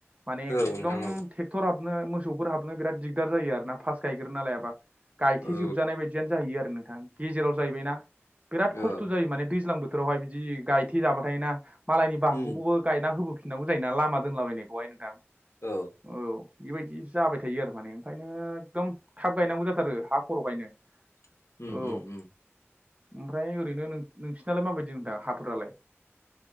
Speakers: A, on the right (about 30°); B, on the left (about 80°).
A: माने
B: औ
A: एकदम
B: नोंथां औ
A: टेक्टराबनो मोसफोर हाबनो बिराद दिगदार जायो आरो ना फास्स्ट गाय्रोना लायाबा गायथजोबजानाय
B: औ
A: बायदि। बिदियानो जाहैयो आरो नोंथां गेजेराव जाहैबायना बिराद
B: औ
A: खस्थ'
B: औ
A: जायो माने दैज्लां बोथ बोथोरावहाय बिदि गायथे जाबाथाना मालायनि बाहागखौबो
B: उम
A: गायना होबोफिनांगौ जाया लामा दोनलाबायनायखौहाय नोंथां।
B: औ
A: औ बेबायदि जाबाय थायो आरो माने ओंखायनो एकदम थाब गायनांगौ जाथारो हा खर' गायनो
B: <inaudible>
A: औ ओमफ्राय
B: उम
A: ओरैनो नोंसिनालाय माबायदि नोंथां हाफोरालाय